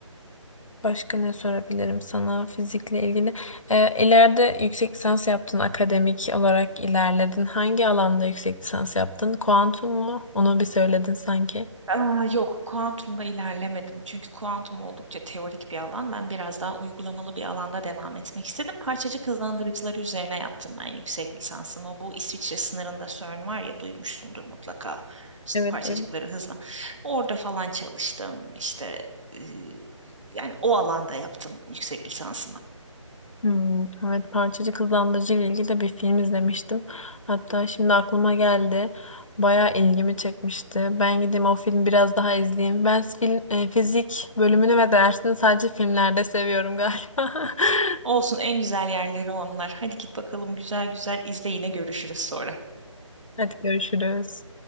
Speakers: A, on the left (about 75°); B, on the right (about 65°).
A: başka ne sorabilirim sana fizikle ilgili? E, ileride yüksek lisans yaptın, akademik olarak ilerledin. Hangi alanda yüksek lisans yaptın? Kuantum mu? Onu bir söyledin sanki.
B: Aa, yok, kuantumda ilerlemedim. Çünkü kuantum oldukça teorik bir alan. Ben biraz daha uygulamalı bir alanda devam etmek istedim. Parçacık hızlandırıcıları üzerine yaptım ben yüksek lisansımı. Bu İsviçre sınırında CERN var ya duymuşsundur mutlaka. İşte
A: Evet,
B: parçacıkları hızla. Orada falan çalıştım. İşte e, yani o alanda yaptım yüksek lisansımı.
A: Hmm, evet Parçacık Hızlandırıcı ile ilgili de bir film izlemiştim. Hatta şimdi aklıma geldi. Bayağı ilgimi çekmişti. Ben gideyim o film biraz daha izleyeyim. Ben film, e, fizik bölümünü ve dersini sadece filmlerde seviyorum galiba. <laughs>
B: Olsun en güzel yerleri onlar. Hadi git bakalım güzel güzel izle yine görüşürüz sonra.
A: Hadi görüşürüz.